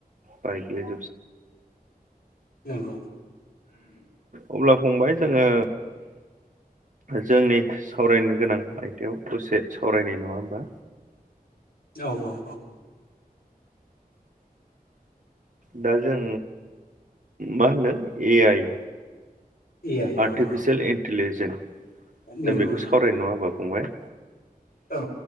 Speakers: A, on the right; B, on the left.
A: बाइग्लिजोबस
B: नंगौ
A: अब्ला फंबाय जोङो जोंनि सावरायनो गोनां आयदायाव दसे सावरायनि नङा होम्बा
B: औ औ-औ
A: दा जों मा होनदों ए आइ
B: ए आइ
A: आर्टिफिसियेल
B: औ औ
A: इन्टिलिजेन
B: नंगौ
A: जों बेखौ
B: नंगौ
A: सावराय नङा होमा फंबाय
B: औ